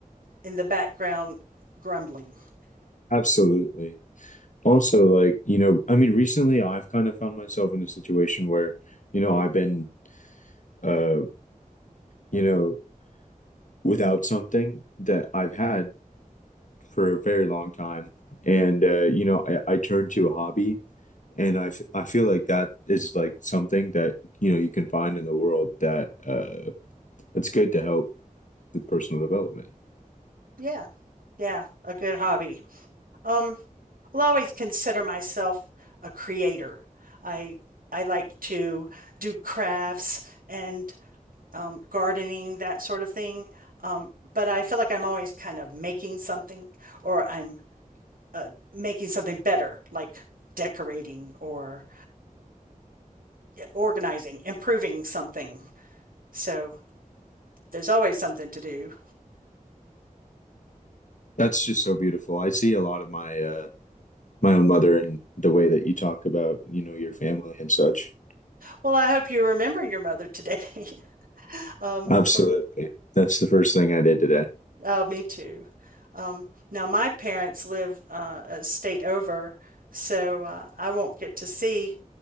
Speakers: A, on the right; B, on the left.
A: in the background grumbling.
B: absolutely also like you know i mean recently i've kind of found myself in a situation where you know i've been uh you know without something that i've had for a very long time and uh you know i, I turned to a hobby and I, f- I feel like that is like something that you know you can find in the world that uh that's good to help with personal development
A: Yeah. Yeah, a good hobby. Um, I'll always consider myself a creator. I I like to do crafts and um, gardening, that sort of thing. Um, but I feel like I'm always kind of making something, or I'm uh, making something better, like decorating or organizing, improving something. So there's always something to do.
B: that's just so beautiful i see a lot of my uh my own mother and the way that you talk about you know your family and such
A: Well, I hope you remember your mother today <laughs> um,
B: absolutely
A: from
B: that's the first thing i did today
A: Oh, me too. Um, now my parents live uh, a state over, so uh, I won't get to see